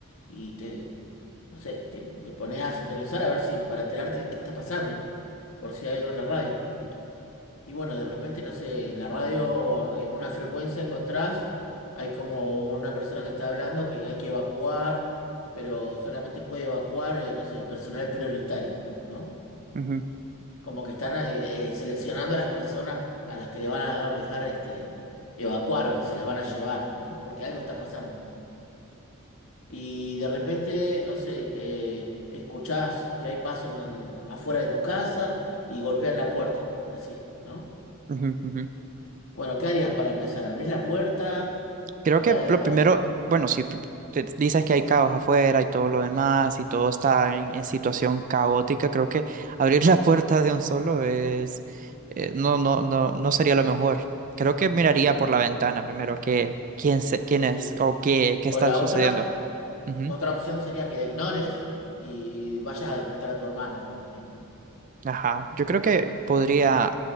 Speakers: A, on the left; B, on the right.
A: y te, no sé, te, te pones a sintonizar a ver si, para enterarte de qué está pasando, por si hay algo en la radio. Y bueno, de repente, no sé, en la radio o en una frecuencia encontrás, hay como una persona que está hablando que hay que evacuar, pero solamente puede evacuar, eh, no sé, personal prioritario, ¿no?
B: ujú,
A: Como que están eh, eh, seleccionando a las personas a las que le van a dar- dejar este, evacuar o que se las van a llevar, ¿no? Porque algo está pasando. Y de repente, no sé, eh, escuchás que hay pasos en- afuera de tu casa y golpean la puerta, así, ¿no?
B: ujú, ujú.
A: Bueno, ¿qué harías para empezar? ¿Abrís la puerta?
B: Creo
A: Mirá
B: que
A: desde
B: lo
A: la
B: primero,
A: ventana.
B: bueno, si pr- te dices que hay caos afuera y todo lo demás y todo está en, en situación caótica, creo que <laughs> abrir la puerta de un solo es, eh, no, no, no, no sería lo mejor. Creo que miraría
A: Bien,
B: por la ventana primero que quién se, quién
A: sí.
B: es o qué, qué
A: O
B: está
A: la
B: sucediendo.
A: otra,
B: Ujú.
A: otra opción sería que la ignores y vayas a despertar a tu hermana, por ejemplo.
B: Ajá. Yo creo que podría,